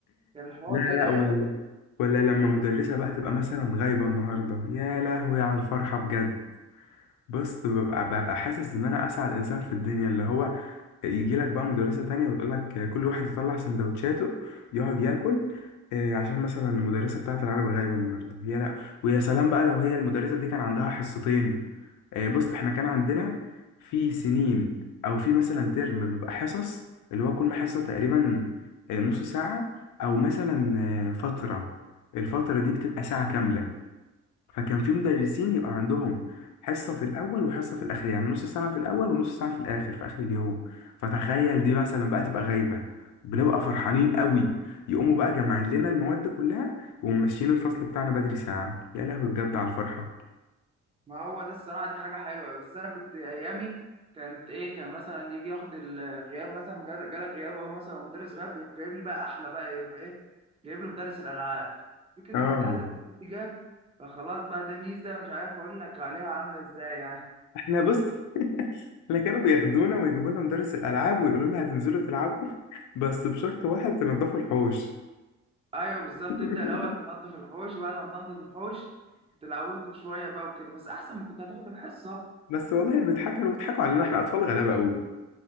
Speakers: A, on the right; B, on the left.
A: كان الحوار
B: لا
A: كده
B: لا
A: يعني
B: ولا ولا لما مدرسة بقى تبقى مثلا غايبة النهاردة يا لهوي على الفرحة بجد بص ببقى, ببقى حاسس ان انا اسعد انسان في الدنيا اللي هو يجي لك بقى مدرسة تانية وتقول لك كل واحد يطلع سندوتشاته يقعد ياكل آه، عشان مثلا المدرسة بتاعت العربي غايبة النهاردة يا لا ويا سلام بقى لو هي المدرسة دي كان عندها حصتين آه، بص احنا كان عندنا في سنين او في مثلا ترم بيبقى حصص اللي هو كل حصة تقريبا آه، نص ساعة او مثلا آه، فترة الفترة دي بتبقى ساعة كاملة فكان في مدرسين يبقى عندهم حصة في الاول وحصة في الاخر يعني نص ساعة في الاول ونص ساعة في الاخر في اخر اليوم فتخيل دي مثلا بقى تبقى غايبة بنبقى فرحانين قوي يقوموا بقى جمعين لنا المواد كلها وممشيين الفصل بتاعنا بدري ساعة يا لهوي بجد على الفرحة
A: ما هو ده الصراحة دي حاجة حلوة بس أنا كنت أيامي كانت إيه كان مثلا يجي ياخد ال- الغياب مثلا جال- جالك غياب أهو مثلا مدرس غاب يروح جايب لي بقى أحلى بقى يروح إيه جايب له مدرس الألعاب فكرة
B: اه
A: إن مدرس الألعاب دي جه فخلاص بقى ده ميزة مش عارف أقول لك عليها عاملة إزاي يعني
B: احنا بص <laughs> احنا كانوا بياخدونا ويجيبوا لنا مدرس الالعاب ويقولوا لنا هتنزلوا تلعبوا بس بشرط واحد تنضفوا الحوش
A: أيوه بالظبط
B: <laughs>
A: تبدأ الأول تنظف الحوش وبعد ما تنظف الحوش تلعبوا شوية بقى وكده بس أحسن ما كنت هتاخد الحصة
B: بس والله بيضحكوا كانوا بيضحكوا علينا احنا اطفال غلابه قوي